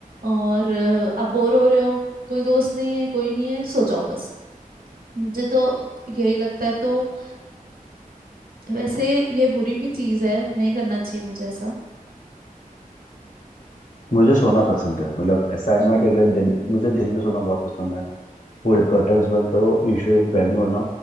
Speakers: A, on the right; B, on the left.
A: और अ, अब बोर हो रहे हो कोई दोस्त नहीं है कोई नहीं है सो जाओ बस मुझे तो यही लगता है तो वैसे ये बुरी भी चीज है नहीं करना चाहिए मुझे ऐसा
B: मुझे सोना
A: पर
B: पसंद है मतलब ऐसा है
A: हम्म
B: ना
A: हम्म
B: कि अगर दिन मुझे दिन में सोना बहुत पसंद है पूरे कर्टन्स बंद करो यूजुअली गर्मी होना